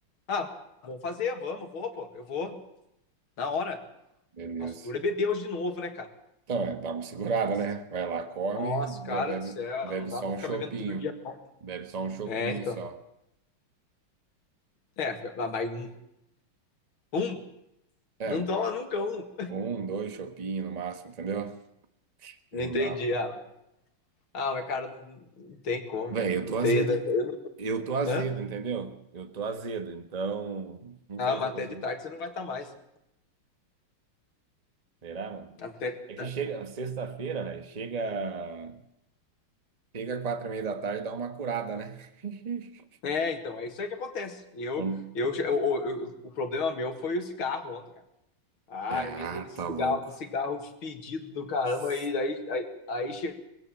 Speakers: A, on the left; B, on the right.
A: Ah, vamos fazer, vamos, vou, pô. Eu vou. Na hora.
B: beleza.
A: Nossa, dura é beber hoje de novo, né, cara?
B: Então, é, dá uma segurada,
A: Nossa,
B: né? Vai lá, come,
A: nossa,
B: bebe,
A: cara do céu,
B: bebe, bebe
A: não dá
B: só
A: pra
B: um
A: ficar
B: chopinho.
A: bebendo todo dia. não.
B: Bebe só um chopinho
A: É, então.
B: só.
A: É, ah, mais um. Um?
B: É,
A: Não toma nunca um.
B: um, dois chopinhos no máximo, entendeu? Não
A: Entendi,
B: dá,
A: ah, mas, ah, mas cara, não, não tem como,
B: Véi,
A: velho.
B: eu
A: Não
B: tô azedo.
A: tem. né, Eu não,
B: Eu tô azedo,
A: Hã?
B: entendeu? Eu tô azedo, então não
A: Ah,
B: sei
A: mas
B: se eu
A: até
B: consigo.
A: de tarde você não vai estar mais.
B: Será, mano?
A: Até de
B: É que
A: tarde.
B: chega
A: é.
B: sexta-feira, velho. Chega. Chega quatro e meia da tarde e dá uma curada, né? <laughs>
A: É, então, é isso aí que acontece. Eu,
B: Hum.
A: eu, eu- eu- eu- o problema meu foi o cigarro ontem, cara. Ah,
B: Ah,
A: emendei nesse
B: tá
A: cigarro,
B: louco.
A: que cigarro fedido do caramba,
B: S-
A: e daí, aí, aí chegou